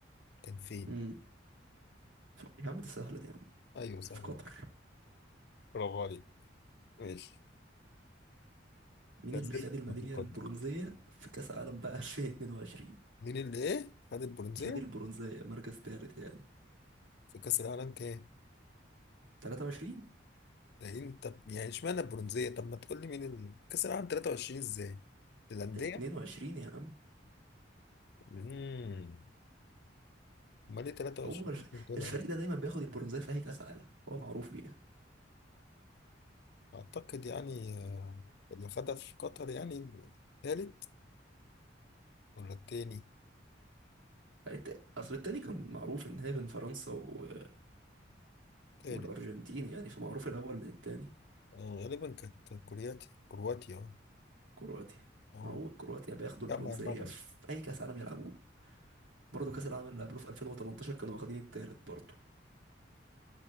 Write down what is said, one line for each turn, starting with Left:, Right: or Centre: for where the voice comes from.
Left: كان فين؟
Right: مم. ف- يا عم دي سهلة دي يا عم
Left: أيوة سهلة
Right: في قطر
Left: برافو عليك ماشي
Right: مين
Left: لا
Right: اللي
Left: زلت
Right: خد الميدالية
Left: متقدم
Right: البرونزية في كأس عالم بقى 2022
Left: مين اللي إيه؟ خد البرونزية
Right: خد البرونزية مركز ثالث يعني
Left: في كأس العالم كام؟
Right: 23
Left: ده أنت يعني إشمعنى البرونزية؟ طب ما تقول لي مين ال... كأس العالم 23 إزاي؟ الأندية؟
Right: 22 يا عم
Left: امم أمال إيه 23
Right: هو الف...
Left: دول؟
Right: الفريق ده دايما بياخد البرونزية في أي كأس عالم هو معروف بيها
Left: أعتقد يعني آه، اللي خدها في قطر يعني التالت ولا التاني؟
Right: الت- أصل التاني كان معروف إن هي بين فرنسا و...
Left: تالت
Right: والأرجنتين يعني فمعروف الأول من التاني
Left: آه، غالبا كانت كرواتيا كرواتيا أه
Right: كرواتيا
Left: أه
Right: هو كرواتيا بياخدوا البرونزية
Left: جمع المغرب
Right: في أي كأس عالم يلعبوه برضه كأس العالم اللي قبله في 2018 كانوا واخدين التالت برضه